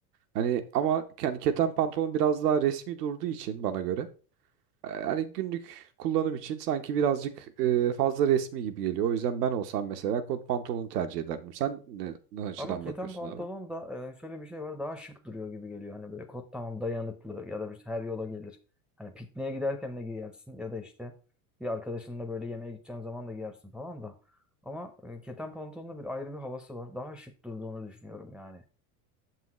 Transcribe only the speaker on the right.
Hani ama yani keten pantolon biraz daha resmi durduğu için bana göre e, hani günlük kullanım için sanki birazcık e, fazla resmi gibi geliyor. O yüzden ben olsam mesela kot pantolonu tercih ederdim. Sen ne, ne açıdan
bakıyorsun
abi?